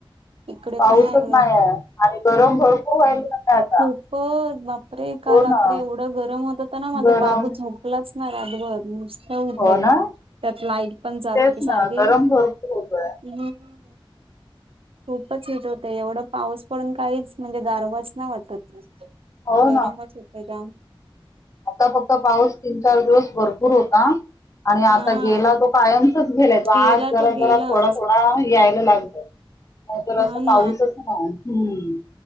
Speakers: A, on the right; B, on the left.
A: इकडे
B: पाऊसच
A: पण नाहीये.
B: नाहीय आणि गरम भरपूर व्हायला आता
A: खूप बापरे का
B: हो
A: रात्री
B: ना
A: एवढं गरम होतं तर ना माझं
B: गरम
A: बाबूच होप लाच नाही अभ उठत
B: हो ना
A: त्यात लाईट पण जात
B: तेच
A: होते
B: ना
A: सारखे
B: गरम भरपूर होतोय
A: हम् खूपच हीट होतं एवढं पाऊस पडून काहीच म्हणजे दारवाज ना वाटत
B: हो
A: गरमच होतं जाम
B: फक्ता फक्त पाऊस तीन चार दिवस भरपूर होता आणि
A: हा
B: आता गेला तो कायम ेय
A: गेला
B: आज जरा
A: तो
B: जरा
A: गेलाच
B: थोडा थोड मला यायला लागतंतर
A: हा
B: असं पाऊसच
A: ना
B: नाम्